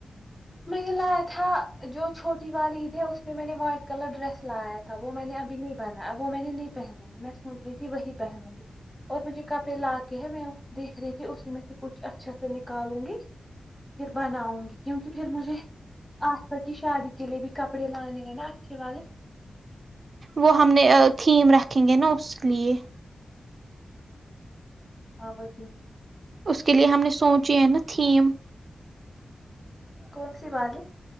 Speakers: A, in the centre; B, on the right.
A: میں نے لایا تھا جو چھوٹی وال عید ہے اس میں میں نے واٹ کلر ڈریس لایا تھا وہ میں نے ابھی نہیں بنا ہے وہ میں نے نہیں پہنا ہے میں سوچ رہی تھی وہی پہنوں گی اور مجھے کپڑے لا کے ہے میں دیکھ رہی تھی اسی میں سے کچھ اچھا سا نکالوں گی پھر بناؤں گی پھر مجھے آاسپا کی شادی کے لیے بھی کپڑے لانے ہیں نا اچھے والے
B: وہ ہم نے تھیم رکھا رکھیں گے نا اس لیے
A: آاں وہ ہیی
B: اس کے لیے ہم نے سوچی ہے نا تھیم
A: کون سی والی